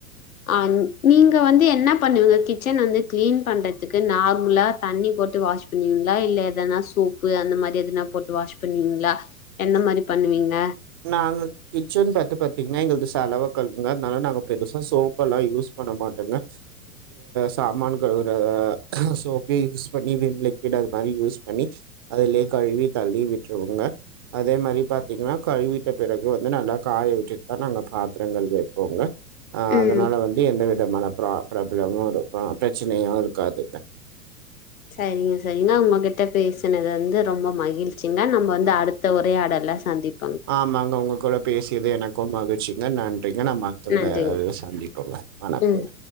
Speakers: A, on the left; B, on the right.
A: ஆ நீங்க வந்து என்ன பண்ணுவீங்க கிச்சன வந்து கிளீன் பண்றதுக்கு நார்மலா தண்ணி போட்டு வாஷ் பண்ணுவீங்களா இல்ல எதனா சோப்பு அந்த மாரி எதனா போட்டு வாஷ் பண்ண பண்ணுவீங்ளா என்ன மாரி பண்ணுவீங்க
B: நாங்க கிச்சன் பாத்து பாத்தீங்கன்னா எங்களுக்கு சலவை கல்லுங்க அதனால நாங்க பெருசா சோப்பல்லா யூஸ் பண்ண மாட்டோங்க சாமானா கழுவுற சோப்பையே யூஸ் பண்ணி விம் லிக்விட் அது மாரி யூஸ் பண்ணி அதுலயே கழுவி தள்ளி விட்டுருவோங்க அதே மாரி பாத்தீங்கனா கழுவிட்ட பிறகு வந்து நல்லா காய வச்சுட்டு தா நாங்க பாத்திரங்க வைப்போங்க ஆ அதனால
A: ம்
B: வந்து எந்த வித மன ப்ராதப் ப்ரபளமு இருக்கு பிரச்சனையு இருக்காது
A: சரிங்க சரிங்க உங்ககிட்ட பேசுனது வந்து ரொம்ப மகிழ்ச்சி ங்க நம்ம வந்து அடுத்த உரையாடல சந்திப்
B: ஆமாங்க உங்க கூட பேசியது எனக்கு மகிழ்ச்சி ந ந ன் <unintelligible> ங்கன மத்தவ
A: நன்றிங்க
B: சந்திப்போங்க வணக்கோங்க
A: ம்